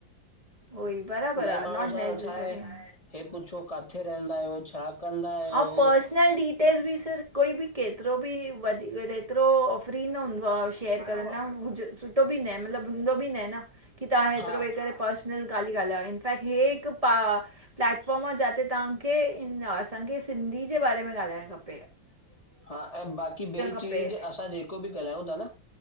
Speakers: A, on the right; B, on the left.
A: उहोई बराबरि
B: नए
A: आ
B: माण्हू
A: नॉट
B: सां
A: नेसेसरी
B: छाहे।
A: आ।
B: हे पुछो काथे रहंदा आहियो, छा कंदा आहियो?
A: ऐं पर्सनल डिटेल्स बि सर कोई बि केतिरो बि वधीक जेतिरो फ्री न हूंदो आ शेयर
B: आयो
A: करण
B: आ
A: न हुज सुठो बि न मतिलबु हूंदो बि न ना। की तां हेतिरो
B: हा
A: वेही करे पर्सनल खाली ॻाल्हायो इनफैक्ट हे हिकु पा प्लैटफॉर्म आ जाते तहां खे इन असांखे सिंधी जे बारे में ॻाल्हाइणु खप
B: हा ऐं बाक़ी ॿि
A: खपे
B: चीज असां ॼेको बि ॻाल्हायूं ता न